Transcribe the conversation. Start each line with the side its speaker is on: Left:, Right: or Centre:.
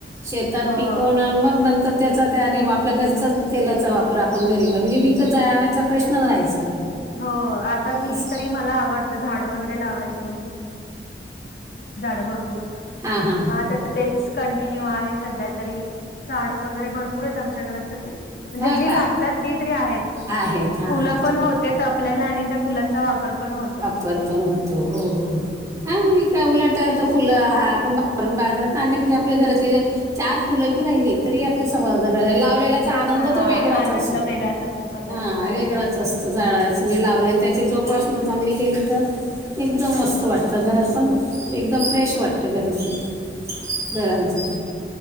Right: शेतात
Left: हो.
Right: पिकवून मग नंतर त्याचा त्याने आपल्या घरचाच तेलाचा वापर आपण घरी क म्हणजे विकत जाण्याचा प्रश्न राहायचा नाही
Left: हो आता मी
Right: असं
Left: तरी मला आवडतं झाड वगैरे लावायच भ
Right: हां हां
Left: तर तेच कंटिन्यू आहे सध्या तरी झाडं वगैरे भरपूर आहेत आमच्या घरात सगळी म्हणजे
Right: हां
Left: जी
Right: का
Left: लागतात ती तरी आहेत
Right: आहेत हां
Left: फुलं
Right: हां
Left: पण
Right: बरं
Left: होत आपल्याला आणि त्या फुलांचा वापर पण होतो
Right: पर पण होतो हो हो हा म्हणजे काय उलट आता फुलं हा आपणरून बाजारात आणण्यापेक्षा आपल्या घरचे चार फुलं बी राहिली तरी आपल्या समा लावलेला
Left: हा
Right: आनंद तो वेगळाच
Left: आनंद
Right: असून
Left: वेगळाच असतो स्वतःची
Right: हा
Left: झाडं.
Right: वेगळा स्त झाडाच मी लावलं आणि त्याची जोपासन चांगली केली तर एकदम मस्त वाटतं घरात पण एकदम फ्रेश वाटतं घरी पण दरामजी